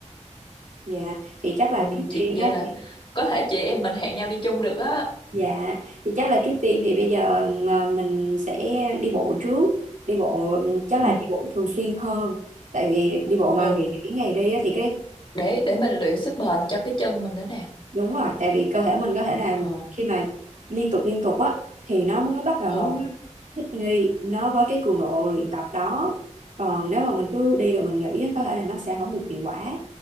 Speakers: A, on the right; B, on the left.
A: dạ thì chắc là
B: Ừ
A: trước
B: chị
A: tiên
B: vậy
A: á
B: là có thể chị em mình hẹn nhau đi chung được á.
A: Dạ, thì chắc là trước tiên thì bây giờ mà mình sẽ đi bộ trước. Đi bộ chắc
B: Ừ.
A: là đi bộ thường xuyên hơn. Tại vì đi bộ mà
B: Ừ,
A: ngày nghỉ ngày đi á, thì cái
B: để để mình luyện sức bền cho cái chân mình nữa nè.
A: đúng rồi, tại vì cơ thể mình có thể là
B: Ờ
A: khi mà liên tục liên tục á thì nó mới bắt đầu
B: ờ
A: nó thích nghi nó với cái cường độ luyện tập đó. Còn nếu mà mình cứ đi rồi mình nghỉ á, có thể là nó sẽ không được hiệu quả.